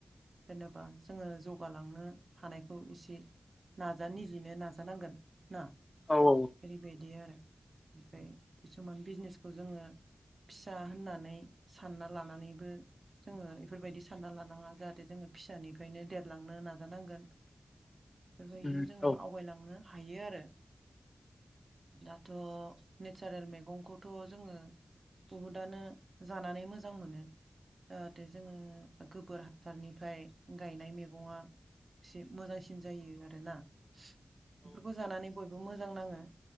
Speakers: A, on the right; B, on the left.
A: जेनेबा जोङो जौगालांनो हानायखौ इसि नाजा निजिनो नाजानांगोन। ना
B: औ औ।
A: ओरैबायदि आरो ओमफाय किसुमान बिजनेसखौ जोङो फिसा होननानै सानना लानानैबो जोङो इफोरबायदि सानना लानाङा जाहाथे जोङो फिसानिफायनो देरलांनो नाजानांगोन। बे बायदिनो
B: नंगौ
A: जोङो आवगायलांनो हायो आरो दाथ' नेचारेल मैगंखौथ' जोङो बुहुदानो जानानै मोजां मोनो जाहाथे जोङो गोबोर हासारनिफाय गायनाय मेगङा से मोजांसिन जायो आरोना बेफोरखौ जानानै बयबो मोजां नाङो।